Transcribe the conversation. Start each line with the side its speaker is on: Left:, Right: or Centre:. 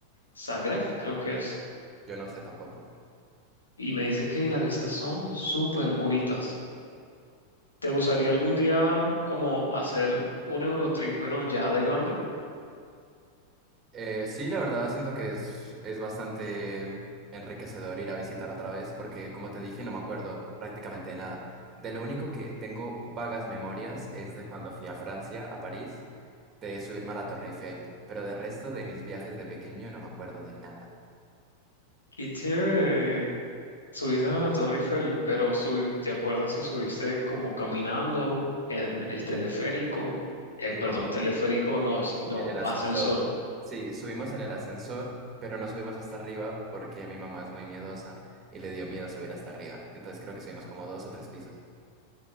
Left: Zagreb, creo que es.
Right: Yo no sé tampoco.
Left: Y me dice que las vistas son súper bonitas. ¿Te gustaría algún día como hacer un Eurotrip, pero ya de grande?
Right: Eh, sí, la verdad siento que es, es bastante enriquecedor ir a visitar otra vez porque, como te dije, no me acuerdo prácticamente de nada. De lo único que tengo vagas memorias es de cuando fui a Francia, a París, de subirme a la Torre Eiffel, pero de resto de mis viajes de pequeño no me acuerdo de nada.
Left: Qué chévere. Subiste a la Torre Eiffel, pero subi- ¿te acuerdas si subiste como caminando en el teleférico? Eh,
Right: No,
Left: perdón, teleférico no, no
Right: en el ascensor.
Left: ascensor.
Right: Sí, subimos en el ascensor, pero no subimos hasta arriba porque mi mamá es muy miedosa y le dio miedo subir hasta arriba. Entonces creo que subimos como dos o tres pisos